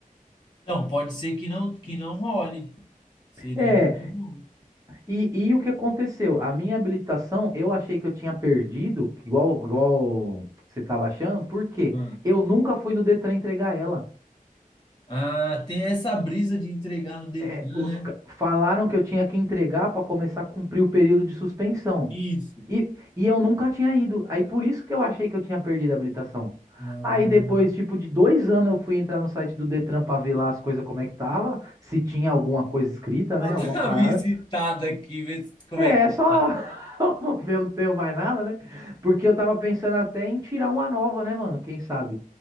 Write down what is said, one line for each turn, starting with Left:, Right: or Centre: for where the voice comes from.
Left: Não, pode ser que não, que não role. Seria
Right: é.
Left: muito bom.
Right: E, e o que aconteceu? A minha habilitação, eu achei que eu tinha perdido, igual, igual você tava achando, porque
Left: Ah,
Right: eu nunca fui no Detran entregar ela.
Left: Ah, tem essa brisa de entregar no Detran,
Right: É, os ca-
Left: né?
Right: falaram que eu tinha que entregar para começar a cumprir o período de suspensão.
Left: Isso.
Right: E, e eu nunca tinha ido. Aí por isso que eu achei que eu tinha perdido a habilitação.
Left: Ah,
Right: Aí depois, tipo, de dois anos eu fui entrar no site do Detran para ver lá as coisas como é que tava, se tinha alguma coisa escrita,
Left: Vou
Right: né? Alguma
Left: dar
Right: parada.
Left: uma <laughs> visitada aqui, ver se- como
Right: É,
Left: é que
Right: é só
Left: tá.
Right: <laughs> eu não tenho mais nada, né? Porque eu tava pensando até em tirar uma nova, né, mano? Quem sabe?